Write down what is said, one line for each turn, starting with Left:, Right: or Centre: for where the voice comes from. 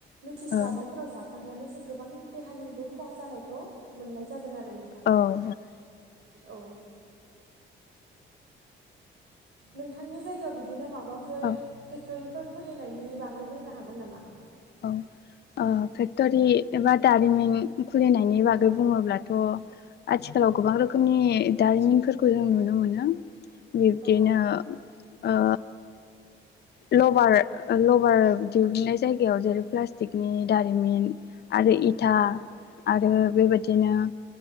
Right: मिथिस्लाबैफोराव
Left: औ
Right: जाफ्लांनानै जों गोबां देहानिबो खहा जानायखौ मोननाय दों आरो नोंथां
Left: औ
Right: औ। नोंथांनि जायगायाव बिदिनो माबाफोर
Left: औ
Right: फेक्टरि फोर खुलिनायनि बागै बुंनो हागोन नामा?
Left: औ ओ फेक्टरि एबा दारिमिन खुलिनायनि बागै
Right: औ
Left: बुङोब्लाथ' आथिखालाव गोबां रोखोमनि दारिमिनफोरखौ जों नुनो मोनो। बिब्दिनो
Right: औ
Left: ओ लबार लबार दिहुनन्नाय जायगायाव जेरै प्लास्टिकनि दारिमिन आरो इथा
Right: औ
Left: आरो बेबायदि। बिदिनो